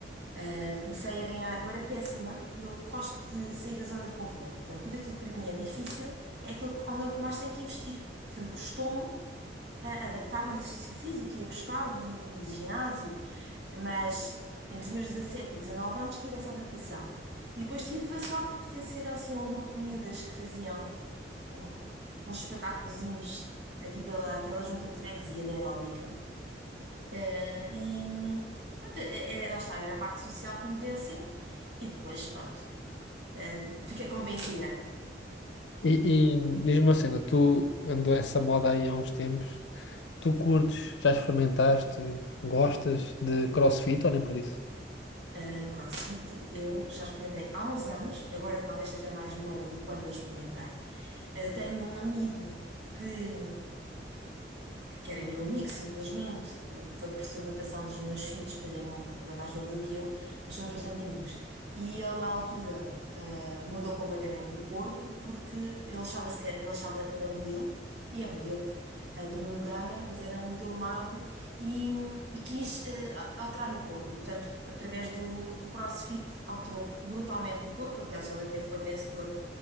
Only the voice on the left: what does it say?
E, e diz-me uma cena, tu andou essa moda aí há uns tempos, tu curtes, já experimentaste, gostas de CrossFit ou nem por isso?